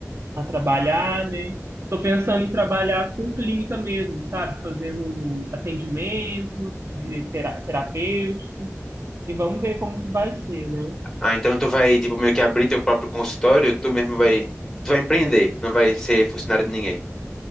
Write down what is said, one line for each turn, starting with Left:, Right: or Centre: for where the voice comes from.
Right: a trabalhar, né? Tô pensando em trabalhar com clínica mesmo, sabe? Fazendo atendimentos de tera- terapêuticos, e vamos ver como que vai ser, né?
Centre: Ah, então tu vai, tipo, meio que abrir teu próprio consultório, tu mesmo vai... Tu vai empreender, não vai ser funcionário de ninguém.